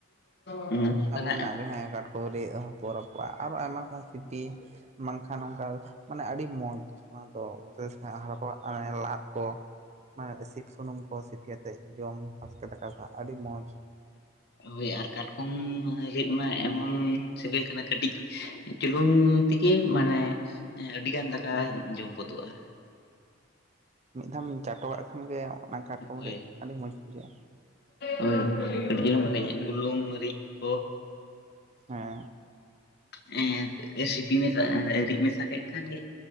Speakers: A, on the left (about 55°); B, on the right (about 35°).
A: ᱦᱩᱸ ᱱᱚᱝᱠᱟᱱᱟᱜᱼᱼ
B: ᱟᱵᱚ ᱢᱮᱱᱟᱜ ᱦᱮᱸ ᱠᱟᱴᱠᱚᱢᱟ ᱨᱤᱫ ᱦᱟᱠᱩ ᱨᱟᱯᱟᱜ ᱟᱨᱚ ᱟᱭᱢᱟ ᱞᱮᱠᱟᱱ ᱥᱤᱯᱤ ᱵᱟᱝᱠᱷᱟᱱ ᱚᱱᱠᱟ᱾ ᱢᱟᱱᱮ ᱟᱹᱰᱤ ᱢᱚᱡᱽ ᱚᱱᱟᱫᱚ <unintelligible> ᱦᱟᱨᱟᱯᱟᱜ ᱞᱟᱫ ᱠᱚ ᱢᱟᱱᱮ ᱥᱩᱱᱩᱢ ᱠᱚ ᱥᱤᱯᱤ ᱠᱟᱛᱮᱫ ᱡᱚᱢ ᱵᱟᱥᱠᱮ ᱫᱟᱠᱟ ᱥᱟᱜ ᱟᱹᱰᱤ ᱢᱚᱡᱽᱼᱼ
A: ᱦᱳᱭ ᱟᱨ ᱠᱟᱴᱠᱚᱢ ᱨᱤᱫ ᱢᱟ ᱮᱢᱚᱱ ᱥᱮᱵᱮᱞ ᱠᱟᱱᱟ ᱠᱟᱹᱴᱤᱡ ᱪᱩᱞᱩᱝ ᱛᱮᱜᱮ ᱢᱟᱱᱮ ᱟᱹᱰᱤᱜᱟᱱ ᱫᱟᱠᱟ ᱡᱚᱢ ᱜᱚᱫᱚᱜᱼᱟ᱾
B: ᱦᱮᱸ ᱢᱤᱫ ᱫᱷᱟᱣᱮᱢ ᱪᱟᱴᱚᱜ-ᱟᱜ ᱠᱷᱟᱱ ᱜᱮ ᱚᱱᱟ ᱠᱟᱴᱠᱚᱢ
A: ᱦᱳᱭ
B: ᱨᱤᱫᱽ ᱟᱹᱰᱤ ᱢᱚᱸᱡᱽ ᱵᱩᱡᱷᱟᱹᱜᱼᱟ᱾
A: ᱦᱳᱭ ᱠᱟᱴᱤᱡ ᱪᱩᱞᱩᱝ ᱵᱷᱟᱞᱮᱧᱚᱜ ᱵᱩᱞᱩᱝ ᱢᱟᱹᱨᱤᱪ ᱠᱚᱼᱼ
B: ᱦᱮᱸ
A: ᱦᱮ ᱦᱮᱸ ᱥᱤᱯᱤ ᱢᱮᱥᱟ ᱨᱤᱫ ᱢᱮᱥᱟ ᱠᱮᱫ ᱠᱷᱟᱱ ᱜᱮᱼᱼ